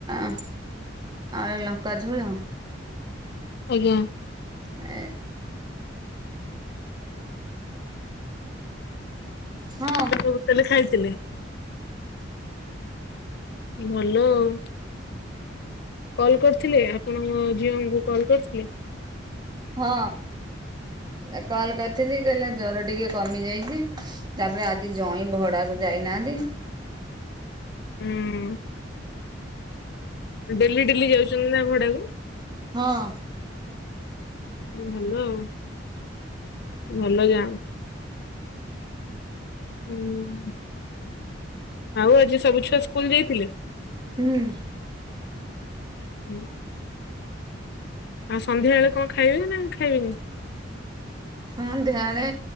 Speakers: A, on the right (about 25°); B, on the left (about 60°).
A: ଆଉ ଏ ଲଙ୍କା ଝୋଳ।
B: ଆଜ୍ଞା।
A: ଏ ହଁ
B: ଏତେ ସବୁ ତାଲେ ଖାଇଥିଲେ? ଭଲ ଆଉ। କଲ୍ କରିଥିଲେ ଆପଣଙ୍କ ଝିଅଙ୍କୁ କଲ୍ କରିଥିଲେ?
A: ହଁ ଏ କଲ୍ କରିଥିଲି କହିଲା ଜର ଟିକେ କମି ଯାଇଚି। ତାପରେ ଆଜି ଜଇଁ ଭଡାକୁ ଯାଇନାହାଁନ୍ତି।
B: ହୁଁ। ଡେଲି ଡେଲି ଯାଉଛନ୍ତି ନା ଭଡାକୁ?
A: ହଁ।
B: ଭଲ ଆଉ ଭଲ ଯା ହୁଁ। ଆଉ ଆଜି ସବୁ ଛୁଆ ସ୍କୁଲ ଯାଇଥିଲେ?
A: ହୁଁ।
B: ହୁଁ। ଆଉ ସନ୍ଧ୍ୟା ବେଳେ କଣ ଖାଇବେ ନା ଖାଇବେନି?
A: ସନ୍ଧ୍ୟା ବେଳେ